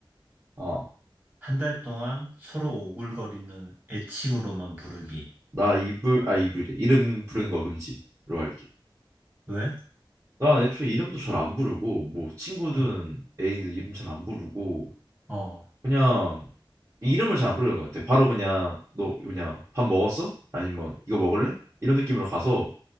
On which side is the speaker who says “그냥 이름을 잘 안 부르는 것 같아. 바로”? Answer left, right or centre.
Right